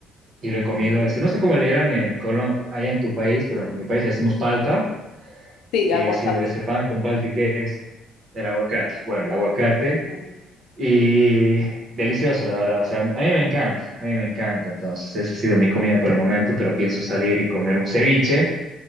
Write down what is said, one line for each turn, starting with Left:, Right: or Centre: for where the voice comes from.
Right: y lo he comido.
Left: Sí,
Right: Este, no sé cómo le eran en Colombia, allá en tu país, pero en mi país le decimos palta.
Left: Sí,
Right: y
Left: aguacate.
Right: ha sido ese pan con palta y queso, el aguacate. Bueno, el aguacate
Left: Sí.
Right: y delicioso, la verdad. O sea, a mí me encanta, a mí me encanta. Entonces, esa ha sido mi comida por el momento, pero pienso salir y comer un ceviche,